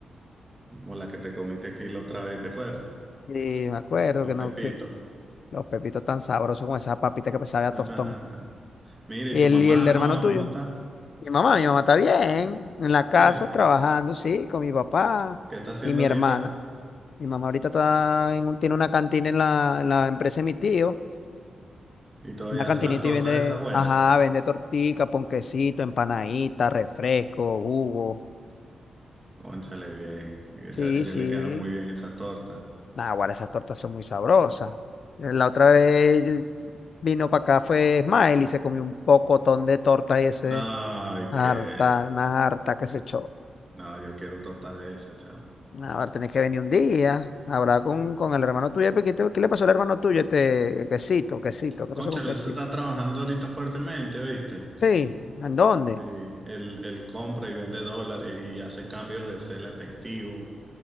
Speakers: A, on the right; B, on the left.
A: Como la que te comiste aquí la otra vez, ¿te acuerdas?
B: Sí, me acuerdo
A: Los
B: que no,
A: pepitos.
B: que los pepitos tan sabrosos con esa papita que sabe
A: <laughs>
B: a tostón.
A: Mira,
B: ¿Y
A: ¿y tu
B: el,
A: mamá,
B: y el hermano
A: Noah,
B: tuyo?
A: cómo está?
B: Mi mamá, mi mamá está bien, en la casa
A: Sí.
B: trabajando, sí, con mi papá
A: ¿Qué está haciendo
B: y mi
A: ahorita?
B: hermano. Mi mamá ahorita está en un- tiene una cantina en la, en la empresa de mi tío.
A: Y todavía
B: Una cantinita
A: hace las tortas
B: y vende,
A: esas buenas.
B: ajá, vende tortica, ponquecito, empanadita, refresco, jugo.
A: Cónchale bien. Y esa-
B: Sí,
A: ella
B: sí.
A: le quedan muy bien esas tortas.
B: Nah, guarda, esas tortas son muy sabrosas. Eh, La otra vez yo- vino para acá, fue Smile y se comió un pocotón de torta ese,
A: No, ay,
B: harta,
A: que.
B: una harta que se echó.
A: No, yo quiero torta de esa, chamo.
B: Nah, ahora tenés que venir un día, hablar con, con el hermano tuyo. porque ¿Qué, te- qué le pasó al hermano tuyo? Este quesito, quesito, ¿qué
A: Cónchale,
B: pasó con quesito?
A: se está trabajando ahorita fuertemente, ¿oíste?
B: Sí, ¿en dónde?
A: Sí, él, él compra y vende dólares y hace cambios de cel a efectivo.